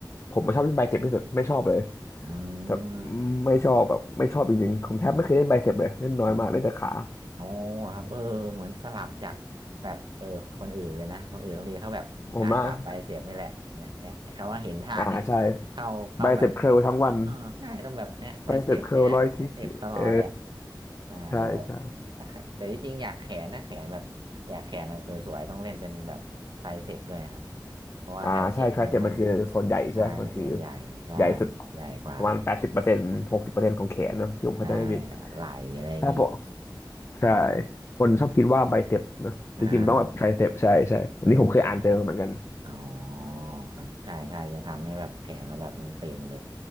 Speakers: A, on the left (about 35°); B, on the right (about 70°).
A: ผมมาชอบเล่นไบเซ็ปที่สุดไม่ชอบเลย
B: อื
A: แบบ
B: ม
A: ไม่ชอบแบบไม่ชอบจริงๆผมแทบไม่เคยเล่นไบเซ็ปเลยเล่นน้อยมากเล่นแต่ขา
B: อ๋อ อ๋ออ๋อครับเออเหมือนสลับจากแบบเออคนอื่นเลยนะคนอื่นบางทีเขาแบบอ่าจับไปเสียบนี่แหละเนี่ยเนี่ยเขาว่าเห็นทานเนี่ย
A: ผมมากอ่าใช่
B: เข้าเข้าแบบ
A: ไบเซ็ปเคิลทั้งวัน
B: เออใช่ต้องแบบเนี่ยไปเสยบนี่แหละไปเสยบตลอดเลย
A: ไบเซปเคิลร้อยที่เออ
B: ได้แต่แบบ
A: ใช่ใช่
B: ถ้าแขแต่ที่จริงอยากแขนถ้าแขนแบบอยากแขนแบบสวยๆต้องเล่นเป็นแบบไทรเสพด้วยครับเพราะว่าไทรเสพมันมัน
A: อ่า ใช่ไทริเซปมันคือส่วนใหญ่ใช่ไหมมันคือ
B: ใช่ส่วนใหญ่ใช่
A: ใหญ่สุด
B: ใหญ่กว่า
A: ประมาณแปดสิบเปอร์เซ็นต์หกสิบเปอร์เซ็นต์ของแขนเนอะที่ผมเข้าใจไม่ผิด
B: ใช่ไหลอะไรอย่างนี้
A: ถ้าผมใช่ คนชอบคิดว่าไบเซปเนอะจริงๆมันต้องแบบไทริเซปใช่ใช่อันนี้ผมเคยอ่านเจอมาเหมือนกัน
B: อ่าใช่ อ๋อครับ ใช่ใช่จะทำให้แบบแขนเราแบบมันเต็มเลย